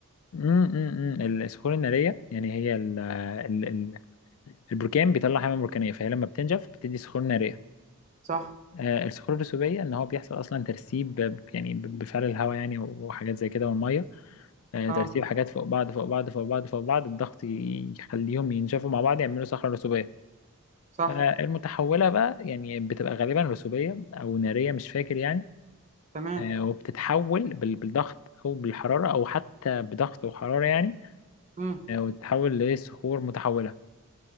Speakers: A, on the left; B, on the right.
A: امم الصخور الناريه يعني هي ال- ال- ال- البركان بيطلع حمم بركانيه فهي لما بتنجف بتدي صخور ناريه
B: صح
A: آه، الصخور الرسوبيه ان هو بيحصل اصلا ترسيب ب- يعني ب- بفعل الهواء يعني وحاجات زي كده والميه آه،
B: اه
A: ترسيب حاجات فوق بعض فوق بعض فوق بعض فوق بعض الضغط ي- يخليهم ينشفوا مع بعض يعملوا صخره رسوبيه
B: صح
A: آه، المتحوله بقى يعني بتبقى غالبا رسوبيه او ناريه مش فاكر يعني
B: تمام
A: آه، وبتتحول بال- بالضغط او بالحراره او حتى بضغط وحراره يعني
B: امم
A: آه، وتتحول لصخور متحوله